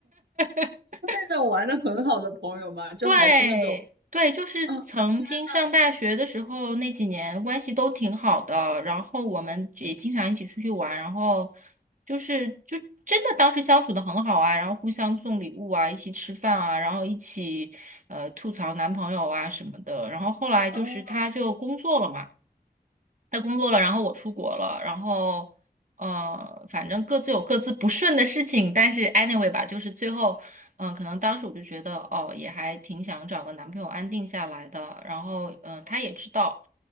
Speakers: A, on the right (about 50°); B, on the right (about 85°).
A: <laughs>
B: 是那种玩的很好的朋友吗？就还是那种
A: 对对，就是曾经上大学的时候那几年关系都挺好的，
B: 啊，天呐！
A: 然后我们也经常一起出去玩，然后就是就真的当时相处的很好啊，然后互相送礼物啊，一起吃饭啊，然后一起呃吐槽男朋友啊什么的，然后后来就是他就工作了嘛。
B: 哦，
A: 他工作了，然后我出国了，然后呃，反正各自有各自不顺的事情，但是 anyway 吧，就是最后，嗯、可能当时我就觉得，哦，也还挺想找个男朋友安定下来的，然后，嗯、他也知道，